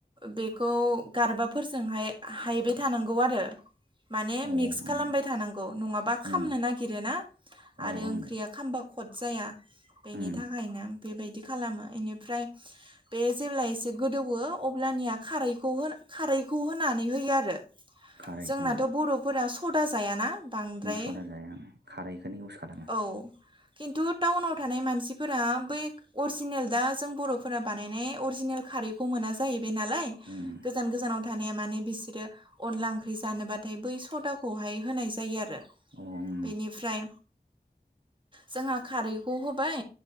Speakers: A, on the right; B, on the right.
A: बेखौ गारबाफोरजोंहाय हायबाय थानांगौ आरो आरो माने
B: औ ओं
A: मिक्स खालामबाय थानांगौ नङाबा खामनो
B: ओं
A: नागिरोना
B: औ
A: आरो
B: ओं
A: ओंख्रिया
B: ओं औ
A: खामबा खद जाया बेनि
B: ओं
A: थाखायनो बेबायदि खालामो बेनिफ्राय बे जेब्ला एसे गोदौवो अब्लानिया खारखौ होना खारैखौ होनानै होयो आरो
B: खारै
A: जोंनाथ'
B: ओं
A: बर'फोरा सदा जायाना बांद्राय
B: ओं सदा जाया आं खारैखौनो इउस खालामो
A: औ किन्थु टाउनाव थानाय मानसिफोरा बै अरजिनेल दा जों बर' फोरा बानायनाय अरजिनेल खारैखौ मोना जाहैबायनालाय
B: ओं
A: गोजान गोजानाव थानाया माने बिसोरो अनला ओंख्रि जानोबाथाय बै सदाखौहाय होनाय जायो आरो
B: अ ओम
A: बेनिफ्राय जोंहा खारै खौ होबाय